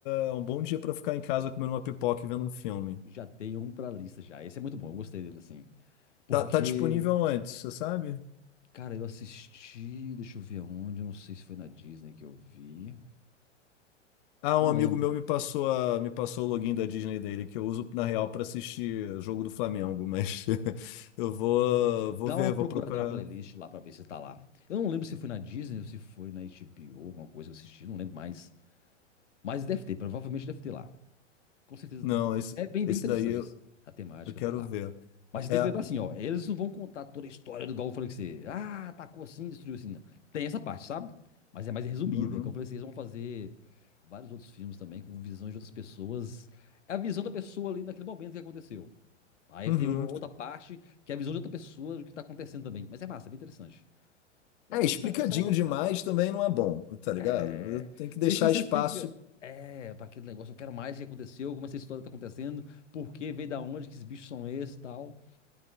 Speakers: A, on the left (about 45°); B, on the left (about 70°).
A: é um bom dia para ficar em casa comendo uma pipoca e vendo um filme.
B: Já tem um pra lista já. Esse é muito bom. Eu gostei dele, assim. Porque,
A: Tá, tá disponível onde, você sabe?
B: cara, eu assisti. Deixa eu ver aonde. Eu não sei se foi na Disney que eu vi.
A: Ah,
B: Não
A: um amigo
B: lembro.
A: meu me passou, a, me passou o login da Disney dele, que eu uso na real para assistir jogo do Flamengo, mas <laughs> eu vou, vou
B: Dá
A: ver,
B: uma procurada
A: vou procurar.
B: na playlist lá pra ver se tá lá. Eu não lembro se foi na Disney ou se foi na HBO, alguma coisa que eu assisti, não lembro mais. Mas deve ter, provavelmente deve ter lá. Com certeza
A: Não,
B: tem.
A: esse,
B: É bem, bem
A: esse
B: interessante
A: daí eu,
B: assim, a temática
A: eu quero
B: dele lá.
A: ver.
B: Mas você
A: É,
B: tem que lembrar assim, ó, eles não vão contar toda a história do igual eu falei que você, ah, atacou assim, destruiu assim, não. Tem essa parte, sabe? Mas é mais resumida.
A: uhum,
B: Como eu falei, vocês vão fazer vários outros filmes também com visões de outras pessoas. É a visão da pessoa ali naquele momento que aconteceu. Aí
A: uhum.
B: tem o- outra parte, que é a visão de outra pessoa do que tá acontecendo também. Mas é massa, é bem interessante. É
A: É,
B: bem,
A: explicadinho
B: acho que você vai gostar.
A: demais também não é bom, tá ligado?
B: É.
A: Tem que deixar
B: E aí sim você
A: espaço.
B: fica. É, para aquele negócio, eu quero mais o que aconteceu, como essa história tá acontecendo, por que veio da onde, que esses bichos são esses e tal.